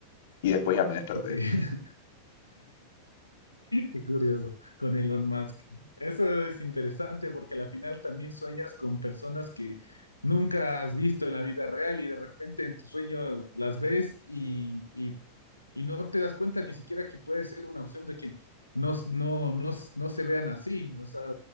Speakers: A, on the left; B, on the left.
A: Y después ya me desperté.
B: Ok. <laughs> Qué curioso, con Elon Musk. Eso es interesante porque a la final también sueñas con personas que nunca has visto en la vida real y de repente en tu sueño las ves y, y- y no te das cuenta ni siquiera que puede ser una opción de que no, no, no, no se vean así. O sea,